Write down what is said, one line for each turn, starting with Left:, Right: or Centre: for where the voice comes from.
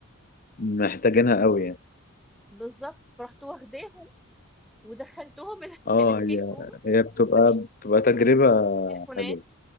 Left: محتاجينها قوي يعني
Centre: بالظبط فرحت واخداهم ودخلتهم <laughs>
Left: اه
Centre: الاسكيب
Left: هي
Centre: روم
Left: هي بتبقى
Centre: مفيش
Left: بتبقى تجربة
Centre: تليفونات
Left: حلوة